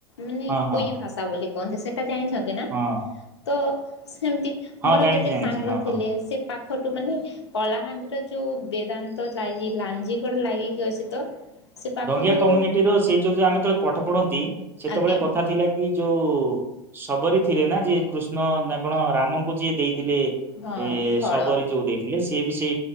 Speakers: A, on the left; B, on the right.
A: ମାନେ
B: ହଁ ହଁ ହଁ
A: କୁଇ ଭାଷା ବୋଲି କହନ୍ତି ସେଇଟା ଜାଣିଛି। ସଜନା
B: ହଁ
A: ତ ଯେମିତି
B: ହଁ
A: ମୋର
B: ଜାଣିଛି
A: କେତେ
B: ଜାଣିଛି
A: ସାଙ୍ଗ
B: ହଁ
A: ଥିଲେ
B: ହଁ।
A: ସେ ପାଖ ଖଟୁ ମାନେ କଳାହାଣ୍ଡିର ଯୋଉ ବେଦାନ୍ତ ଲାଇ ଲାଞ୍ଜିିକର ଲାଗିକି ଅଛି ତ ସେ ପାଖଠୁ
B: ଢଙ୍ଗିଆ କମ୍ୟୁନିଟିର ସେଇ ଯୋଉ ଯଉ ଆମେ ତ ପାଠ ପଢନ୍ତି ସେତେବେଳେ
A: ଆଜ୍ଞା
B: କଥା ଥିଲା କି ଯୋଉ ଶବରି ଥିଲେ ନା ଯିଏ କୃଷ୍ଣ ନା କଣ ରାମଙ୍କୁ ଯିଏ ଥିଲେ
A: ହଁ
B: ଏ
A: ଫଳ
B: ଶବରୀ ଯୋଉ ଦେଇଥିଲେ ସିଏ ବି ସେ